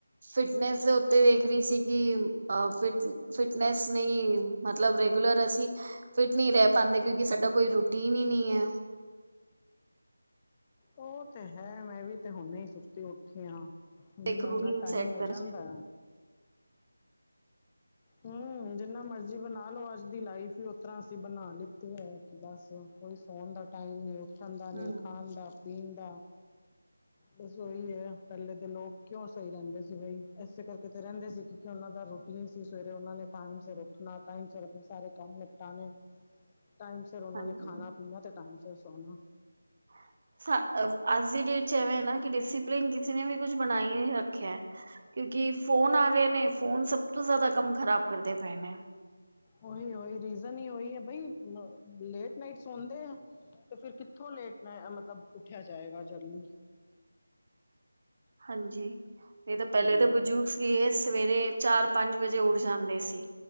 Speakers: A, on the right (about 40°); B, on the left (about 20°).
A: ਫਿਟਨੈਸ ਦੇ ਉੱਤੇ ਵੇਖ ਰੀ ਸੀ ਕਿ ਅ ਫਿਟ- ਫਿਟਨੈਸ ਨਈ ਮਤਲਬ ਰੈਗੂਲਰ ਅਸੀਂ- ਫਿਟ ਨੀ ਰੈਅ ਪਾਂਦੇ ਕਿਉਂਕਿ ਸਾਡਾ ਕੋਈ ਰੂਟੀਨ ਈ ਨੀ ਐ।
B: ਓ ਤੇ ਹੈ ਮੈਂ ਵੀ ਤੇ ਹੁਣੇ ਈ ਸੁੱਤੀ ਉੱਠੀ ਆਂ। ਏਨਾ
A: ਇੱਕ ਰੂਟੀਨ
B: ਏਨਾ ਟਾਈਮ
A: ਸੈਟ
B: ਓ
A: ਕਰ
B: ਜਾਂਦਾ ਹੂੰ ਜਿੰਨਾ ਮਰਜੀ ਬਣਾ ਲੋ ਅੱਜ ਦੀ ਲਾਈਫ ਓ ਤਰ੍ਹਾਂ ਅਸੀਂ ਬਣਾ ਲਿੱਤੀ ਏ। ਕਿ ਬਸ- ਕੋਈ ਸੌਣ ਦਾ ਟਾਈਮ ਨੀ, ਉੱਠਣ ਦਾ ਨੀ,
A: ਹਮ
B: ਖਾਣ ਦਾ, ਪੀਣ ਦਾ।
A: <inaudible>
B: ਬਸ ਓਈ ਐ ਪੈਲੇ ਤੇ ਲੋਗ ਕਿਉਂ ਸਈ ਰੇਂਦੇ ਸੀ ਬਈ। ਏਸੇ ਕਰਕੇ ਤੇ ਰੇਂਦੇ ਸੀ ਕਿਉਕਿ ਉਨਾਂ ਦਾ ਰੂਟੀਨ ਸਿਸ- ਸਵੇਰੇ ਓਨਾ ਨੇ ਟਾਈਮ ਸਿਰ ਉੱਠਣਾ, ਟਾਈਮ ਸਿਰ ਆਪਣੇ ਸਾਰੇ ਕੰਮ ਨਿਪਟਾਣੇ। ਟਾਇਮ- ਫੇਰ ਉਨਾਂ
A: ਹਾਂਜੀ
B: ਨੇ ਖਾਣਾ ਪੀਣਾ ਤੇ ਟਾਈਮ ਸਿਰ ਸੋਣਾ।
A: <inaudible> ਸਾ ਅੱਜ ਦੀ ਡੇਟ ਚ'ਏਵੇਂ ਨਾ ਕਿ ਡਿਸਿਪਲਿਨ ਕਿਸੇ ਨੇ ਵੀ ਕੁਛ ਬਣਾਈ ਨੀ ਰੱਖਿਆ। ਕਿਉਂਕਿ ਫੋਨ ਆ ਗਏ ਨੇ। ਫੋਨ ਸਭ ਤੋਂ ਜ਼ਾਦਾ ਕੰਮ ਖ਼ਰਾਬ ਕਰਦੇ ਪਏ ਨੇ।
B: ਓਈ- ਓਈ ਰੀਜਨ ਈ ਓਈ ਐ ਬਈ ਲੇਟ ਨਾਈਟ ਸੌਂਦੇ ਐ। ਤੇ ਫਿਰ ਕਿੱਥੋਂ ਲੇਟ ਨਾ ਅ ਮੈਂ ਮਤਲਬ ਉੱਠਿਆ ਜਾਏਗਾ ਜਲਦੀ।
A: ਹਾਂਜੀ ਨਈ ਤਾਂ ਪੈਲੇ
B: ਕੀ ਬੰਦਾ
A: ਤੇ ਬਜ਼ੁਰਗ
B: ਕਰੇ
A: ਸੀ। ਏਸ- ਸਵੇਰੇ ਚਾਰ ਪੰਜ ਵਜੇ ਉੱਡ ਜਾਂਦੇ ਸੀ।